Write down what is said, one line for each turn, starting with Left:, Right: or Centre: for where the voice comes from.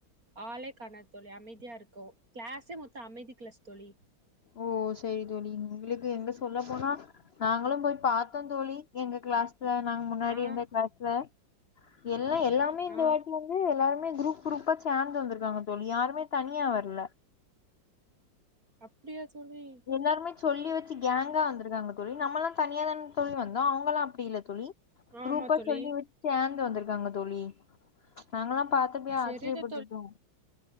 Right: ஆளே கானாத் தோழி அமைதியா இருக்கு கிளாஸே மொத்தோ அமைதி கிளாஸ் தோழி
Left: ஓ சேரி தோழி உங்ளுக்கு இங்க சொல்ல போனா நாங்களு போய் பாத்தோ தோழி எங்க கிளாஸ் ல நாங்க முன்னாடி
Right: ஆ
Left: இருந்த கிளாஸ்ல எல்லா எல்லாமே இந்த
Right: ஆ
Left: வாட்டி வந் து எல்லாருமே குரூப் குரூப்பா சேந்து வந்திருக்காங்க தோழி யாருமே தனியா வர்ல
Right: அப்டியா சோழி
Left: எல்லாருமே சொல்லி வச்சு கேங்கா வந்துருக்காங் தோழி நம்மல்லா தனியா தானுங் தோழி வந்தோ அவுங்களா அப்டி இல்ல தோழி
Right: ஆமா
Left: குரூப்பா
Right: தோழி
Left: சொல்லிவச் சு சேந்து வந்திருக்காங்க தோழி நாங்கல்லா பாத்தப்பயே
Right: செரிதா
Left: ஆச்ரியபட்ருப்போ